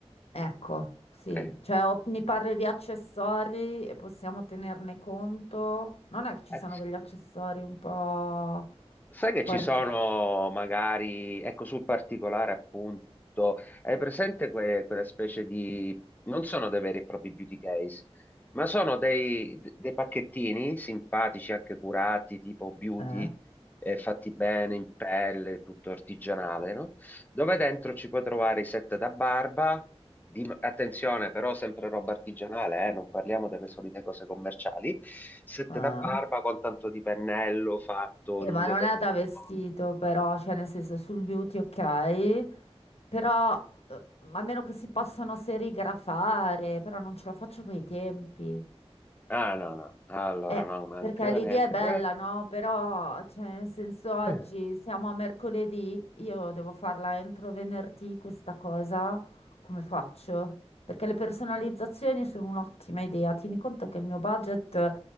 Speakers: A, on the left; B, on the left.
A: ecco, sì,
B: Eh.
A: cioè o mi parli di accessori e possiamo tenerne conto. Non è che ci
B: Eh.
A: sono degli accessori un po'
B: Sai che
A: particolari.
B: ci sono magari, ecco sul particolare appunto, hai presente que- quella specie di, non sono dei veri e propri beauty case, ma sono dei, dei pacchettini simpatici, anche curati, tipo beauty,
A: Eh?
B: eh, fatti bene in pelle, tutto artigianale, no? dove dentro ci puoi trovare i set da barba. di- attenzione, però, sempre roba artigianale, eh, non parliamo delle solite cose commerciali. Set
A: Eh?
B: da barba con tanto di pennello fatto
A: Eh,
B: in un
A: ma
B: determinato
A: non è da vestito,
B: modo.
A: però, cioè nel senso sul beauty ok, però eh, a meno che si possano serigrafare, però non ce la faccio coi tempi.
B: Ah, no, no, allora
A: Eh,
B: no, manca
A: perché l'idea
B: neanche
A: è bella,
B: questo.
A: no? Però, cioè, nel senso, oggi
B: Eh.
A: siamo a mercoledì, io devo farla entro venerdì questa cosa, come faccio? Perché le personalizzazioni sono un'ottima idea. Tieni conto che il mio budget,